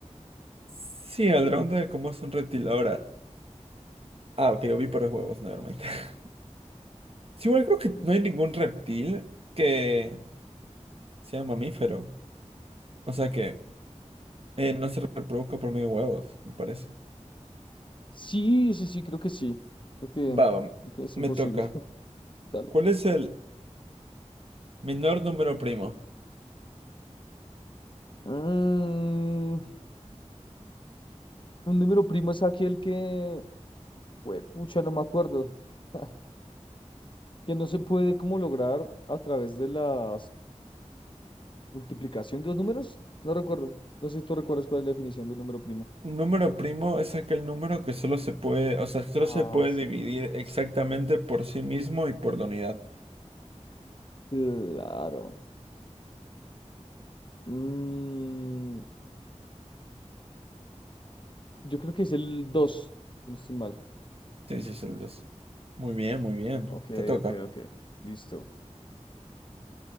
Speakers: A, on the right; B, on the left.
A: Sí, el dron de cómo es un reptil ahora. Ah, ok, ovíparos huevos, nevermind. <laughs> Sí, igual creo que
B: Sí,
A: no hay ningún reptil que sea mamífero. O sea que eh, no se reproduzca por medio de huevos, me parece.
B: sí, sí, sí, sí, creo que sí. Creo que,
A: Va, va,
B: creo que es
A: me
B: imposible.
A: toca.
B: <laughs> Dale.
A: ¿Cuál es el menor número primo?
B: Mm, un número primo es aquel que... Güey, pucha, no me acuerdo. <laughs> que no se puede como lograr a través de la multiplicación de los números. No recuerdo. No sé si tú recuerdas cuál es la definición de número primo.
A: Un número primo es aquel número que solo se puede, o sea, solo
B: Ah,
A: se puede
B: sí.
A: dividir exactamente por sí mismo y por la unidad.
B: Claro. Mm, yo creo que es el 2 si no estoy mal.
A: Sí, sí, es el dos Muy bien, muy bien.
B: Ok,
A: Te toca.
B: ok, ok. Listo.